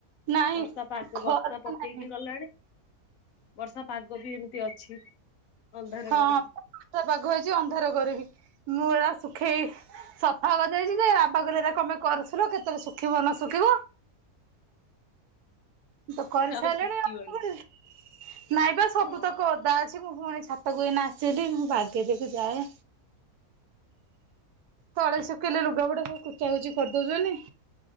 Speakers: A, on the right (about 80°); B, on the left (about 65°).
A: ନାଇଁ
B: ବର୍ଷା ପାଗ
A: ଖରା
B: ବର୍ଷା ପକେଇକି
A: ନାହିଁ
B: ଗଲାଣି। ବର୍ଷା ପାଗ ବି ଏମିତି ଅଛି। ଅନ୍ଧାର
A: ହଁ
B: କରିକି।
A: ବର୍ଷା ପାଗ ହେଇଛି ଅନ୍ଧାର କରିକି ମୁଁ ଏରା ଶୁଖେଇ ସଫା କରି ଦେଇଚି ଯେ ବାବା କଇଲେ ଏରା କଣ ପାଇଁ କରୁଥିଲ କେତେବେଳେ ଶୁଖିବ ନ ଶୁଖିବ। ମୁଁ ତ କରିସାରିଲେଣି
B: ଏ ଶୁଖିବନି।
A: ଆଉ କ କରିବି ନାଇଁ ବା ସବୁ
B: ହଁ
A: ତକ। ଦା ଅଛି ମୁଁ ପୁଣି ଛାତକୁ ଏଇନା ଆସିଲି ମୁଁ ବାଗେଇ ଦେବୀକୁ ଯାଏ। ତଳେ ଶୁଖେଇଲେ ଲୁଗାଗୁଡ଼ା ସବୁ କୁଚା କୁଚି କରିଦଉଛନ୍ତି।